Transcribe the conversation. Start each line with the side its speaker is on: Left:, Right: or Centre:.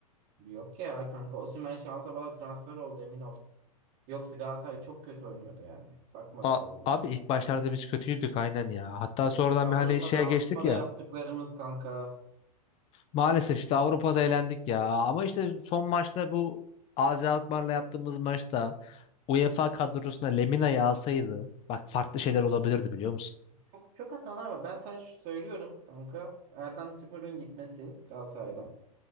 Right: Yok ya kanka Osimhen şansa bağlı transfer oldu emin ol. Yoksa Galatasaray çok kötü oynuyordu yani. Bakma
Left: A-
Right: öyle oldu.
Left: abi ilk başlarda biz kötüydük aynen ya. Hatta sonradan
Right: Avrupa'da
Left: bir hani şeye geçtik
Right: Avrupa'da
Left: ya.
Right: yaptıklarımız kanka.
Left: Maalesef işte Avrupa'da elendik ya. Ama işte son maçta bu AZ Alkmaar'la yaptığımız maçta UEFA kadrosuna Lemina'yı alsaydı bak farklı şeyler olabilirdi biliyor musun?
Right: Çok çok hatalar var. Ben sana şu söylüyorum kanka. Erdem Tümür'ün gitmesi Galatasaray'dan